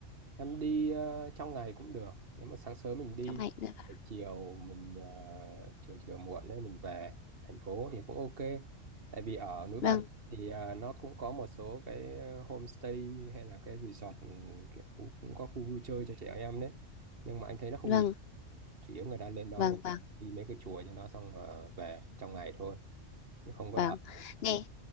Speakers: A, on the right (about 50°); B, on the left (about 60°).
A: em đi ờ, trong ngày cũng được nếu mà sáng sớm mình đi
B: trong ngày cũng được. ạ.
A: rồi chiều mình ờ, chiều chiều muộn đấy mình về thành phố thì cũng ok tại vì ở núi
B: Vâng,
A: Bà Đen thì ờ, nó cũng có một số cái homestay hay là cái resort ừ, kiểu khu, cũng có khu vui chơi cho trẻ em đấy nhưng mà anh thấy nó không
B: vâng,
A: nhiều chủ yếu người ta lên đó
B: vâng,
A: người
B: vâng,
A: đi mấy cái chùa cho nó xong uh, về trong ngày thôi chứ không có
B: vâng.
A: ở
B: Nghe,